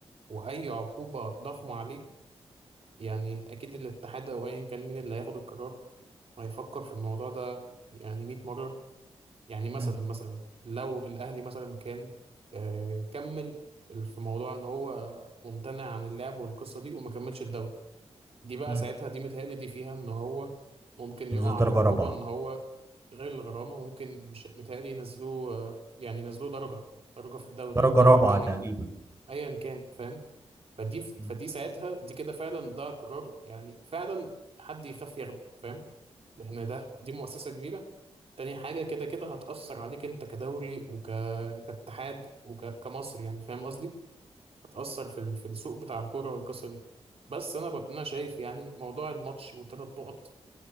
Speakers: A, on the right (about 60°); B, on the right (about 25°).
A: واي عقوبه ضخمه عليه يعني اكيد الاتحاد او ايا كان مين اللي هياخد القرار هيفكر في الموضوع ده يعني 100 مره يعني مثلا
B: امم
A: مثلا لو الاهلي مثلا كان آه كمل في موضوع ان هو ممتنع عن اللعب والقصه دي وما كملش الدوري دي بقى
B: امم
A: ساعتها دي متهيألي دي فيها ان هو ممكن يقع
B: تنزل درجه
A: عليه عقوبه
B: رابعه
A: ان هو غير الغرامه ممكن مش متهيألي ينزلوه آه، يعني ينزلوه درجه درجه في الدوري
B: درجه
A: درجه
B: رابعه
A: تانية
B: تقريبا
A: او ايا كان فاهم فدي فدي
B: امم
A: ساعتها دي كده فعلا ده قرار يعني فعلا حد يخاف ياخده فاهم لان ده دي مؤسسه كبيره تاني حاجه كده كده هتاثر عليك انت كدوري وك كاتحاد وكمصر يعني فاهم قصدي هتاثر في ال... في السوق بتاع الكوره والقصه دي بس انا ب... انا شايف يعني موضوع الماتش والثلاث نقط